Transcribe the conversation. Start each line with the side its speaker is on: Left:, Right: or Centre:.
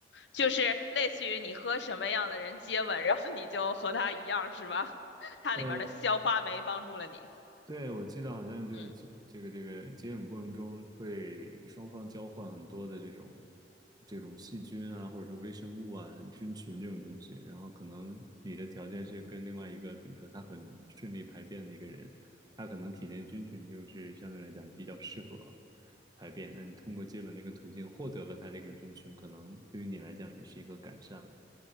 Left: 就是类似于你和什么样的人接吻，然后你就和他一样，是吧？<laughs> 它里边的消化酶帮助了你。
Right: 呃。对，我记得好像就是这这个这个接吻过程中会双方交换很多的这种
Left: 嗯，
Right: 这种细菌啊，或者说微生物啊、菌群这种东西，然后可能你的条件是跟另外一个，比如说他很顺利排便的一个人，他可能体内菌群就是相对来讲比较适合排便，那你通过接吻这个途径获得了他这个菌群，可能对于你来讲也是一个改善嘛，